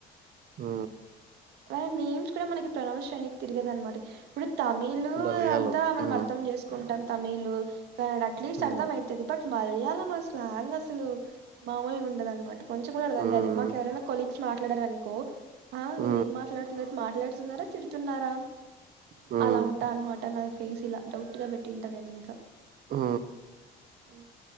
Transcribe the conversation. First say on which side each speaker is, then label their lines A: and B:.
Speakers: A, on the right; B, on the right.
A: ఓ
B: వాళ్ళ నేమ్స్ కూడా మనకి ప్రనౌన్స్ చేయనికి తిరగదనమాట తమిళు
A: మలయాళం
B: అంతా మనం
A: ఉమ్
B: అర్థం చేసుకుంటాం తమిళు కన్నడ అట్లీస్ట్
A: ఉమ్
B: అర్థం ఐతది బట్ మళయాళ మా స్లాంగ్ అసలు మామూలుగా ఉండదన్నమాట కొంచెం కూడా అర్థం
A: ఉమ్
B: కాదు మాకు ఎవరనా కొలీగ్స్ మాట్లాడారనుకో ఆ
A: ఊ
B: వీళ్ళు ఏం మాట్లాడుతున్నారు మాట్లాడుతున్నారా తిడుతున్నారా
A: ఉమ్
B: అలా ఉంటా అన్నమాట నా ఫ్ ఫేస్ ఇలా డౌట్ గా పెట్టింటా నేను ఇంకా
A: ఊ
B: ఊ